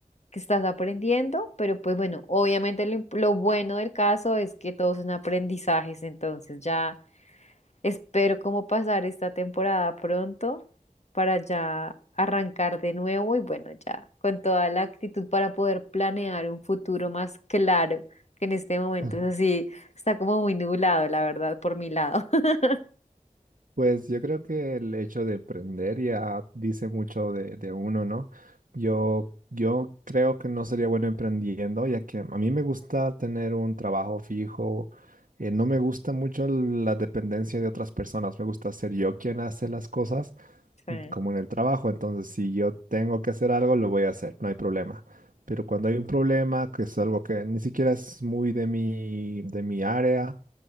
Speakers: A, on the left; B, on the right.
A: que estás aprendiendo, pero pues bueno, obviamente lo, imp- lo bueno del caso es que todos son aprendizajes, entonces ya Espero como pasar esta temporada pronto para ya arrancar de nuevo y bueno, ya con toda la actitud para poder planear un futuro más claro, que en este momento
B: <laughs>
A: es así, está como muy nublado, la verdad, por mi lado. <laughs>
B: Pues yo creo que el hecho de aprender ya dice mucho de, de uno, ¿no? Yo, yo creo que no sería bueno emprendiendo, ya que a mí me gusta tener un trabajo fijo. eh, no me gusta mucho el- la dependencia de otras personas. Me gusta ser yo quien hace las cosas,
A: Sí.
B: como en el trabajo. Entonces, si yo tengo que hacer algo, lo voy a hacer, no hay problema. Pero cuando hay un problema, que es algo que ni siquiera es muy de mi, de mi área.